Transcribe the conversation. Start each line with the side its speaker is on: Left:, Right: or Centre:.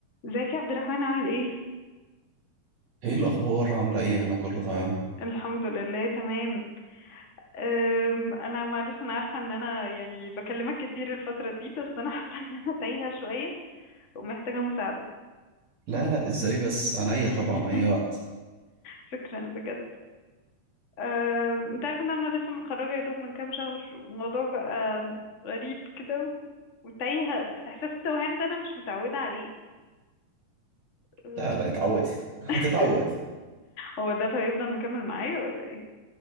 Left: ازيك يا عبد الرحمن عامل ايه؟
Right: ايه الاخبار عامله ايه انا كله تمام
Left: الحمد لله تمام أم، انا معلش انا عارفه ان انا يعني بكلمك كتير الفتره دي بس انا <laughs> حاسه ان انا تايهه شويه ومحتاجه مساعده
Right: لا لا ازاي بس انا ايه طبعا
Left: <laughs>
Right: اي وقت
Left: شكرا بجد أم، انت عارف ان انا لسه متخرجه يا دوب من كام شهر والموضوع بقى غريب كده وتايهه احساس التوهان ده انا مش متعوده عليه أم،
Right: لا لا اتعودي <laughs> هتتعودي
Left: <laughs> هو ده هيفضل مكمل معايا ولا ايه؟